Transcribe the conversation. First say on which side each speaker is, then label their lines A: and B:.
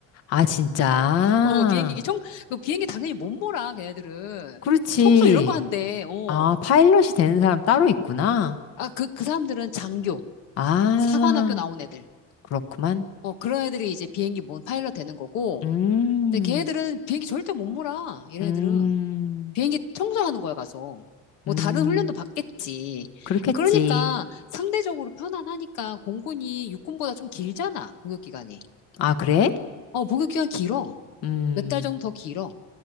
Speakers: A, on the left; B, on the left.
A: 아, 진짜?
B: 어, 비행기기 청, 그 비행기 당연히 못 몰아, 걔네들은.
A: 그렇지.
B: 청소 이런 거 한대, 어.
A: 아, 파일럿이 되는 사람 따로 있구나.
B: 아, 그, 그 사람들은 장교,
A: 아,
B: 사관학교 나온 애들.
A: 그렇구만.
B: 어, 그런 애들이 이제 비행기 뭔 파일럿 되는 거고.
A: 음,
B: 근데 걔네들은 비행기 절대 못 몰아, 이런
A: 음,
B: 애들은. 비행기 청소하는 거야, 가서. 뭐
A: 음.
B: 다른 훈련도 받겠지.
A: 그렇겠지.
B: 그러니까 상대적으로 편안하니까 공군이 육군보다 좀 길잖아, 복역 기간이.
A: 아, 그래?
B: 어, 복역 기간 길어.
A: 음,
B: 몇 달 정도 더 길어.